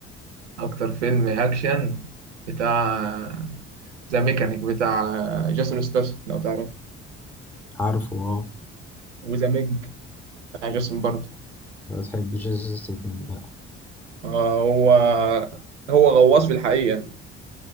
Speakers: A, on the right; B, in the centre.
A: اكتر فيلم اكشن بتاع ذا ميكانيك بتاع جيسون ستاثام لو تعرفه
B: عارفه أه
A: وذا ميج بتاع جيسون برضه
B: أنت بتحب جيسس ستيتمنت بقى
A: آه هو هو غواص في الحقيقه